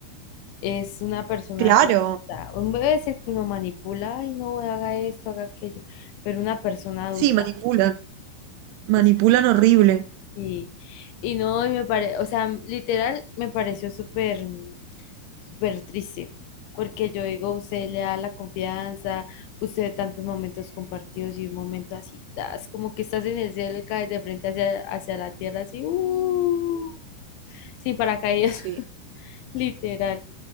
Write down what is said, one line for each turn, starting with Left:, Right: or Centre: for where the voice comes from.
Left: es una persona
Right: Claro,
Left: adulta. Un bebé es el que uno manipula, ay, no, haga esto, haga aquello, pero una persona adulta.
Right: sí, manipulan, manipulan
Left: o sea,
Right: horrible.
Left: y, y no, y me pare, o sea, literal, me pareció súper. súper triste, porque yo digo, usted le da la confianza, usted tantos momentos compartidos y un momento así, tas, como que estás en el cielo y caes de frente hacia, hacia la tierra, así, uh, sin paracaídas,
Right: Sí.
Left: <laughs> literal.